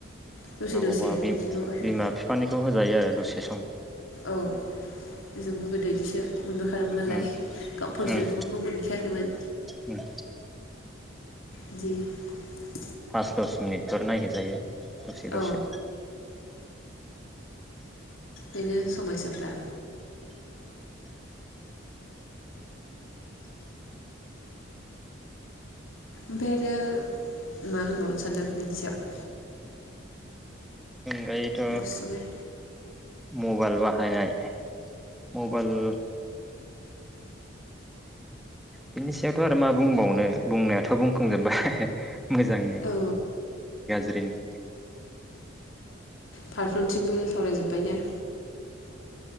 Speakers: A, on the left; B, in the centre.
A: दसे
B: नांगौबा
A: दसे बिदिल' आरो
B: बिमा बिफानिखौ होजोब जायो आरो दसे सम
A: औ जोंबो गोदो इदिसो मोनबोखादोंमोन नालाय
B: उम
A: गाव पार्सनेल
B: उम
A: फनखौ मोनखायाखैमोन
B: उम
A: <inaudible>
B: पास दस मिनिट फोर नायहो जायो। दसे
A: औ
B: दसे
A: बेनो समयसाफ्रा ओमफाय आरो मा होनबावनो सानदों बेनि सायाव
B: ओमफायथ'
A: गुसुङै
B: मबाइल बाहायनाय मबाइल बिनि सायावथ' आरो मा बुंबावनो बुंनायाथ' बुंखांजोबबाय मोजांनि
A: औ
B: गाज्रिनि
A: फारफ्रोमथिंमबो सावरायजोब्बाय ने